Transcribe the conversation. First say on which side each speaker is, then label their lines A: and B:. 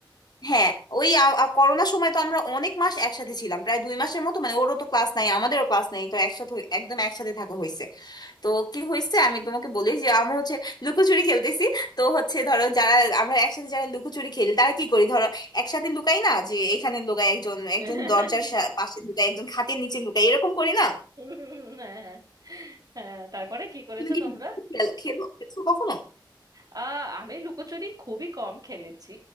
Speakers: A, on the left; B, on the right.
A: হ্যাঁ ওই আ- আ- করোনার সময় তো আমরা অনেক মাস একসাথে ছিলাম প্রায় দুই মাসের মতো মানে ওরও তো ক্লাস নাই আমাদেরও ক্লাস নাই তো একসাথে একদম একসাথে থাকা হয়েছে তো কি হয়েছে আমি তোমাকে বলি যে আমরা হচ্ছে লুকোচুরি খেলতেছি তো হচ্ছে ধরো যারা আমরা একসাথে যারা লুকোচুরি খেলি তারা কি করি ধরো একসাথে লুকাই না যে এখানে লুকাই একজন
B: <laughs>
A: একজন দরজার সা- পাশে লুকাই একজন খাটের নিচে লুকাই এরকম করি না
B: হ্যাঁ হ্যাঁ হ্যাঁ, তারপরে কি করেছো
A: তুমি কি
B: তোমরা
A: খেল- খেলো খেলছো কখনো
B: আহ আমি লুকোচুরি খুবই কম খেলেছি